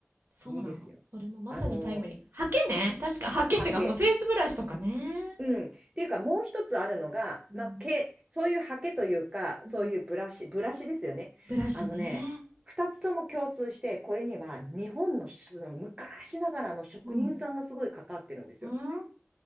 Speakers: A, on the right; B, on the right.
A: そうなの。
B: いいですよ。
A: それもまさにタイムリー。
B: あの、
A: ハケね、確か、ハケっていうか、
B: 刷毛。
A: まあ、フェイスブラシとかね。
B: うん。っていうか、もう一つあるのが、
A: うん、
B: まあ、毛、そういうハケというか、
A: うん。
B: そういうブラシ、ブラシですよね。
A: ブラシね。
B: あのね、二つとも共通して、これには日本の、その昔ながらの職人さんがすごいかかってるんですよ。
A: うん。うん。